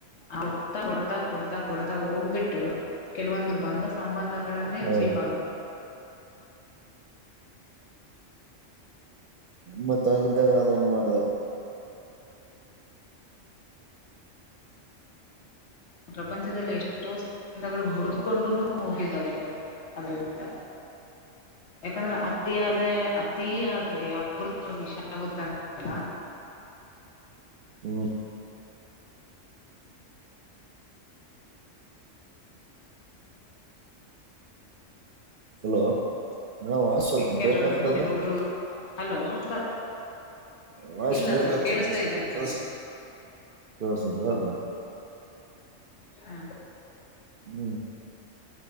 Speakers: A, on the left; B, on the right.
A: ಆ ಕೊಡ್ತಾ ಕೊಡ್ತಾ ಕೊಡ್ತಾ ಕೊಡ್ತಾ ಹೋಗ್ಬಿಟ್ಟು ಕೆಲವೊಂದು ಬಂದ ಸಂಬಂಧ ಗಳನ್ನೆ
B: ಹೌದು
A: ಚೀಪ
B: ಮ್ಮತ್ತ ಹಾಗಿದ್ದಾಗ ಅದ ಹೆಂಗ್ ಮಾಡಿದ್ರ
A: ಪ್ರಪಂಚದಲ್ಲಿ ಎಷ್ಟೋ ಬಂಧಗಳು ಮುರಿದಕೊಂಡುನೂ ಹೋಗಿದಾವೆ ಸರ್ ಅದ್ರಿಂದ ಯಾಕಂದ್ರೆ ಅತಿಯಾದ ಅತಿ ಅತಿ ಆದ್ರೆ ಅಮೃತ ವಿಷ ಆಗುತ್ತಲ್ಲ
B: ಹ್ಮ್ ಹಲೋ ಮೇಡಮ್ ವಾಯ್ಸ್ ಸ್ವಲ್ಪ
A: ಕೆಲವರಲ್ಲೂ
B: ಬ್ರೇಕ್ ಆಗ್ತಾಇದೆ.
A: ಕೆಲವೊಬ್ರು ಹಲೋ ಸರ್
B: ವಾಯ್ಸ್
A: ಇಲ್ಲ
B: ಬ್ರೇಕ್
A: ಸರ್
B: ಆಗ್ತಾ
A: ಕೇಳಿಸ್ತಾ
B: ಇದೇರಿ ಸ್ವಲ್ಪ
A: ಇದೆ ನನಗೆ
B: ಕೆಲ್ಸ ಕೇಳಸರ ಹೇಳ್ರಿ
A: ಹಾ
B: ಹ್ಮ್